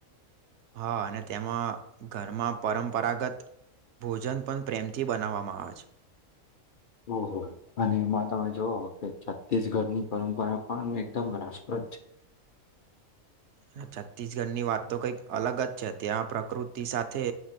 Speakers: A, on the right; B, on the left.
A: હા, અને તેમાં ઘરમાં પરંપરાગત ભોજન પણ પ્રેમથી બનાવવામાં આવે છે.
B: ઓહો અને એમાં તમે જોઓ કે છત્તીસગઢની પરંપરા પણ એકદમ રાષ્ટ્ર અચ.
A: હા, છત્તીસગઢની વાત તો કંઈક અલગ જ છે, ત્યાં પ્રકૃતિ સાથે